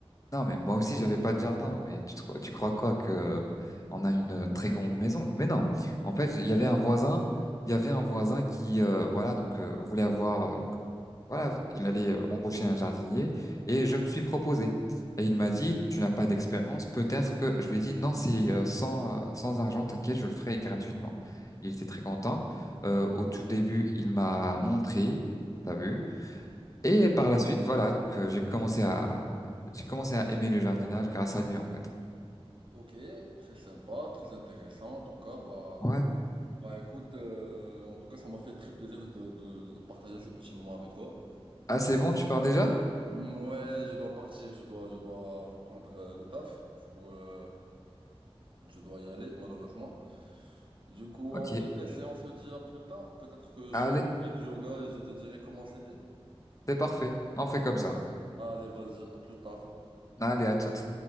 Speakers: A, on the left; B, on the right.
A: Non, mais moi aussi, j'avais pas de jardin. Mais tu, te crois- tu crois quoi que on a une très grande maison? Mais non. En
B: Écoute,
A: fait,
B: je
A: il
B: sais
A: y avait
B: pas,
A: un
B: mais-
A: voisin, il y avait un voisin qui, euh, voilà, donc euh, voulait avoir, euh, voilà, il allait euh, embaucher un jardinier et je me suis proposé. Et il m'a dit, tu n'as pas d'expérience, peut-être que je lui ai dit non, c'est euh, sans, euh, sans argent, t'inquiète, je le ferai gratuitement. Il était très content. Euh, au tout début, il m'a montré, t'as vu? Et par la suite, voilà, donc euh, j'ai commencé à j'ai commencé à aimer le jardinage grâce à lui en fait.
B: Ok, très sympa, très intéressant. En tout cas, bah,
A: Ouais.
B: bah écoute, euh, en tout cas, ça m'a fait très plaisir de, de, de- de partager ce petit moment avec toi.
A: Ah, c'est bon, tu pars déjà?
B: Ouais, je dois partir, je dois, je dois reprendre euh, le taf. Du coup, euh, je dois y aller, malheureusement. Du coup,
A: Ok.
B: on se laisse et on se dit à plus tard. Peut-être que je
A: Allez,
B: ferai du yoga et je te dirai comment c'était.
A: c'est parfait. On fait comme ça.
B: Allez, vas-y, à plus tard.
A: Allez, à toutes.